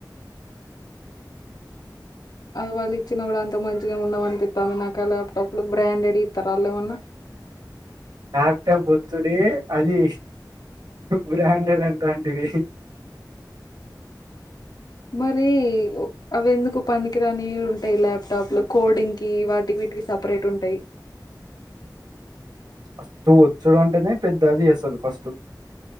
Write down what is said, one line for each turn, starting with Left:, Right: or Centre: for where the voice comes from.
Left: అవి వాళ్ళు ఇచ్చిన గూడా అంత మంచిగేమ్ ఉండదనిపితంది నాకు ఆ లాప్టాప్లు బ్రాండెడ్ ఇత్తరా ఏమన్నా
Right: లాప్టాప ఒచ్చుడే అది బ్రాండెడ్ది అంటంటివి
Left: మరీ అవి ఎందుకు పనికిరానివి ఉంటే లాప్టాప్లు కోడింకీ వాట్ టివిటికి సప్రేట్ ఉంటే
Right: ఫస్టు ఒచ్చుడు అంటేనే పెద్ద అది అసలు ఫస్టు